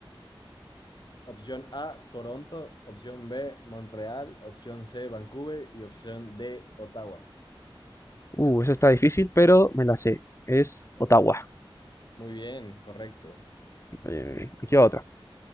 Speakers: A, on the left (about 50°); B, on the left (about 30°).
A: Opción A, Toronto. Opción B, Montreal. Opción C, Vancouver. Y opción D, Ottawa.
B: Uh, esa está difícil, pero me la sé. Es Ottawa.
A: Muy bien, correcto.
B: Bien, bien, bien. Aquí va otra.